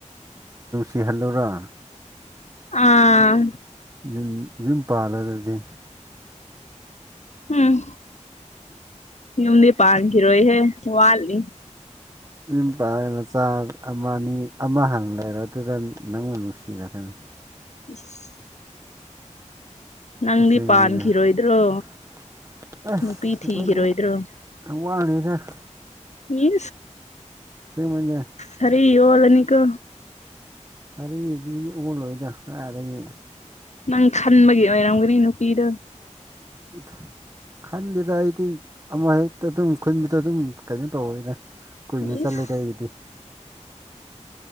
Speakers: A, on the right (about 25°); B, on the left (about 65°).
A: ꯀꯤꯍꯜꯂꯨꯔ
B: ꯑꯥ
A: ꯌꯨꯝ ꯌꯨꯝ ꯄꯥꯂ ꯑꯗꯨꯗꯤ
B: ꯎꯝ ꯌꯨꯝꯗꯤ ꯄꯥꯟꯈꯤꯔꯣꯏꯍꯦ ꯋꯥꯠꯂꯔ
A: ꯌꯨꯝ ꯄꯥꯜꯂꯒ ꯅꯆꯥ ꯑꯃ ꯑꯅꯤ ꯑꯃ ꯍꯥꯟꯅ ꯂꯩꯔꯗꯨꯗ ꯅꯪꯕꯨ ꯅꯨꯡꯁꯤꯔꯛꯀꯅꯤ
B: <unintelligible>
A: ꯁꯦꯡꯕꯅꯦ
B: ꯅꯪꯗꯤ ꯄꯥꯟꯈꯤꯔꯣꯏꯗ꯭ꯔꯣ
A: ꯑꯁ ꯑꯩꯈꯣꯏ
B: ꯅꯨꯄꯤ ꯊꯤꯈꯤꯔꯣꯏꯗ꯭ꯔꯣ
A: ꯑꯅꯤ ꯏꯗꯦ
B: ꯃꯤ
A: ꯑꯁꯦꯡꯕꯩꯅꯦ
B: ꯁꯔꯤ ꯌꯣꯂꯅꯤꯀ
A: ꯊꯔꯩꯗꯤ ꯑꯣꯜꯂꯣꯏꯗ ꯀꯔꯥꯏꯗꯒꯤ
B: ꯅꯪ ꯈꯟꯕꯒꯤ ꯑꯣꯏꯔꯝꯒꯅꯤ ꯅꯨꯄꯤꯗ
A: ꯑꯝ ꯈꯟꯗꯦꯗ ꯑꯩꯗꯤ ꯑꯃ ꯍꯦꯛꯇ ꯑꯗꯨꯝ ꯈꯨꯟꯕꯗꯣ ꯑꯗꯨꯝ ꯀꯩꯅꯣ ꯇꯧꯑꯦꯗ ꯀꯨꯏꯅꯦ ꯆꯠꯂꯦꯗ
B: ꯏꯁ
A: ꯑꯩꯗꯤ